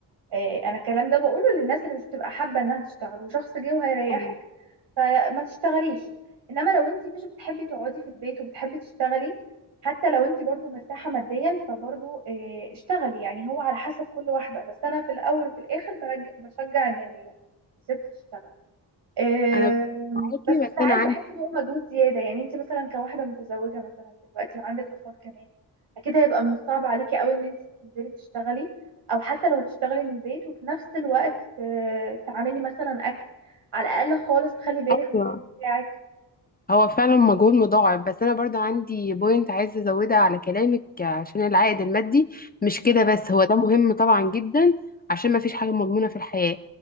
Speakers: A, on the right; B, on the left.
A: آه، انا الكلام ده بقوله للناس اللي مش بتبقى حابه انها تشتغل وشخص جه وهيريحك
B: <laughs>
A: فما تشتغليش انما لو انت مش بتحبي تقعدي في البيت وبتحبي تشتغلي حتى لو انت برضو مرتاحه ماديا فبرضو آه، اشتغلي يعني هو على حسب كل واحده بس انا في الاول وفي الاخر برج... بشجع ان ال- الست تشتغل آم،
B: انا معاكي
A: بس
B: بس
A: ساعات
B: انا
A: بحس ان هو مجهود زياده يعني انت مثلا كواحده متزوجه مثلا دلوقتي وعندك اطفال كمان اكيد هيبقى من الصعب عليكي قوي ان انت تنزلي تشتغلي او حتى لو هتشتغلي من البيت وفي نفس الوقت آه، تعملي مثلا اكل على الاقل خالص تخلي بالك
B: عندي
A: من البيت بتاعك
B: هو فعلا مجهود مضاعف بس انا برضو عندي بوينت عايزه ازودها على كلامك عشان العائد المادي مش كده
A: مم.
B: بس هو ده مهم طبعا جدا عشان ما فيش حاجه مضمونه في الحياه